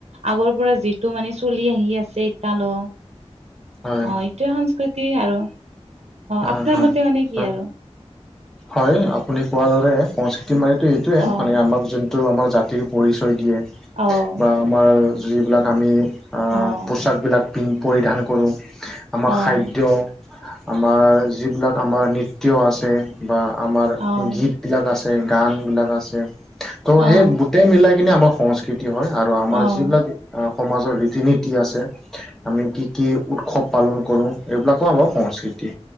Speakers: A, on the right; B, in the centre.
A: আগৰ পৰা যিটো মানে চলি আহি আছে এতিয়ালৈ।
B: হয়
A: অঁ, এইটোৱে সংস্কৃতি আৰু অঁ, আপোনাৰ
B: হয় হয়
A: মতে মানে
B: নিশ্চয়
A: কি আৰু?
B: হয়, আপুনি কোৱাৰ দৰে সংস্কৃতি মানেটো এইটোয়ে
A: অ
B: মানে আমাক যোন- টোৰ আমাৰ জাতিৰ পৰিচয় দিয়ে।
A: অঁ।
B: বা আমাৰ যিবিলাক আমি
A: অ',
B: পোছাকবিলাক পৰিধান কৰোঁ। আমাৰ
A: অ',
B: খাদ্য। আমাৰ যিবিলাক আমাৰ নৃত্য আছে বা আমাৰ
A: অ',
B: গীত- বিলাক আছে, গান বিলাক আছে, ত'
A: অ',
B: সেই গোটেই মিলাই কিনে আমাৰ সংস্কৃৃতি- সংস্কৃতি হয় আৰু আমাৰ
A: অ',
B: যিবিলাক সমাজৰ ৰীতি নীতি আছে- আমি কি কি উৎসৱ পালন কৰো এইবিলাকো আমাৰ সংস্কৃতি।